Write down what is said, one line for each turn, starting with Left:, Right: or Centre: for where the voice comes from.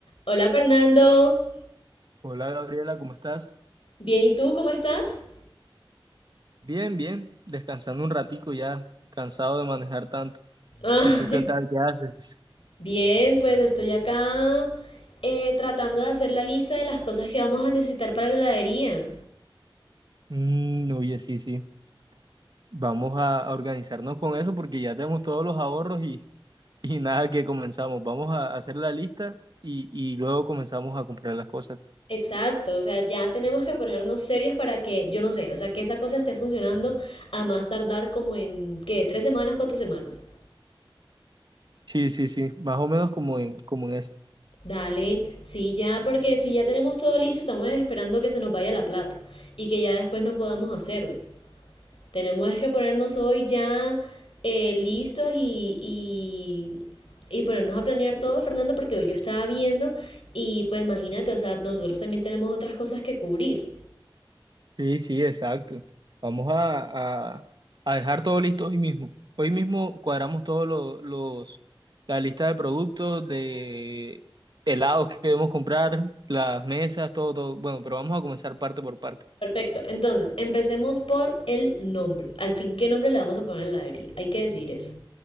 Left: Hola Fernando,
Right: Hola Gabriela, ¿cómo estás?
Left: bien, ¿y tú cómo estás?
Right: Bien, bien, descansando un ratico ya, cansado de manejar tanto.
Left: Ah,
Right: ¿Y tú
Left: <laughs>
Right: qué tal? ¿Qué haces?
Left: bien, pues estoy acá eh, tratando de hacer la lista de las cosas que vamos a necesitar para la heladería.
Right: Mm, oye, sí, sí. Vamos a, a organizarnos con eso porque ya tenemos todos los ahorros y, y nada que comenzamos. Vamos a hacer la lista y, y luego comenzamos a comprar las cosas.
Left: Exacto, o sea, ya tenemos que ponernos serios para que, yo no sé, o sea, que esa cosa esté funcionando a más tardar como en, ¿qué? ¿Tres semanas, cuatro semanas?
Right: Sí, sí, sí, más o menos como en, como en
Left: Dale, sí, ya, porque si ya tenemos todo listo, estamos esperando que se nos vaya la plata y que ya después no podamos hacerlo. Tenemos que ponernos hoy ya eh, listos y, y, y ponernos a planear todo, Fernando, porque hoy yo estaba viendo y pues imagínate, o sea, nosotros también tenemos otras cosas que cubrir.
Right: Sí, sí, exacto. Vamos a, a- a dejar todo listo hoy mismo. Hoy mismo cuadramos todos lo- los, la lista de productos, de helados que debemos comprar, las mesas, todo, todo. Bueno, pero vamos a comenzar parte por parte.
Left: Perfecto, entonces empecemos por el nombre. Al fin, ¿qué nombre le vamos a poner a la heladería? Hay que decir eso.